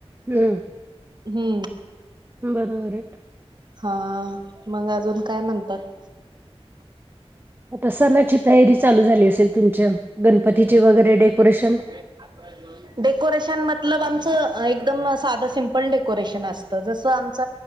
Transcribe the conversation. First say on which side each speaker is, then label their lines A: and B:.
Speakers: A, on the right; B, on the right.
A: हू
B: हू
A: बरोबर हाय
B: हा मग अजून काय म्हणतात
A: आता सनाची तयारी चालू झाली असेल तुमच्या गणपतीचे वगैरे डेकोरेशन
B: <inaudible> डेकोरेशन मतलब आमचं एकदम साधं सिम्पल डेकोरेशन असतं जसं आमच